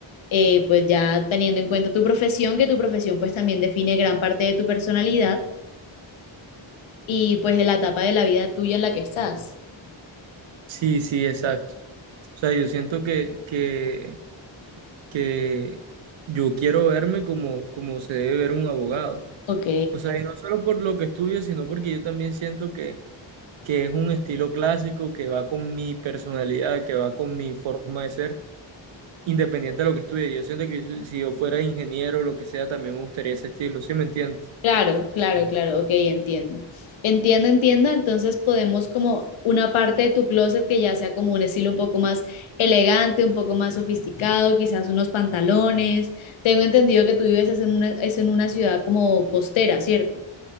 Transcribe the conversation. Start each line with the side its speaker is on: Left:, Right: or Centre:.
Left: eh, pues ya teniendo en cuenta tu profesión, que tu profesión pues también define gran parte de tu personalidad y pues de la etapa de la vida tuya en la que estás.
Right: Sí, sí, exacto. O sea, yo siento que, que, que yo quiero verme como, como se debe ver un abogado.
Left: Ok,
Right: O sea, y no solo por lo que estudio, sino porque yo también siento que, que es un estilo clásico que va con mi personalidad, que va con mi forma de ser, independiente de lo que estudie. Yo siento que si si yo fuera ingeniero o lo que sea, también me gustaría ese estilo, ¿sí me entiendes?
Left: Claro, claro, claro, ok, entiendo. Entiendo, entiendo, entonces podemos como una parte de tu closet que ya sea como un estilo un poco más elegante, un poco más sofisticado, quizás unos pantalones. Tengo entendido que tú vives es en una, es en una ciudad como costera, ¿cierto?